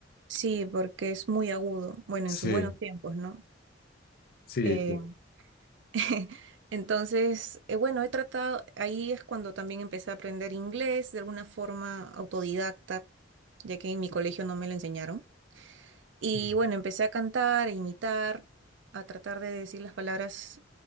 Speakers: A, on the right (about 70°); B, on the left (about 50°).
A: Sí, porque es muy agudo, bueno,
B: Sí,
A: en sus buenos tiempos, ¿no?
B: sí,
A: Em,
B: tiene.
A: <laughs> Entonces, eh, bueno, he tratado, ahí es cuando también empecé a aprender inglés de alguna forma autodidacta, ya que en mi colegio no me lo enseñaron. Y
B: Ujú.
A: bueno, empecé a cantar, a imitar, a tratar de decir las palabras,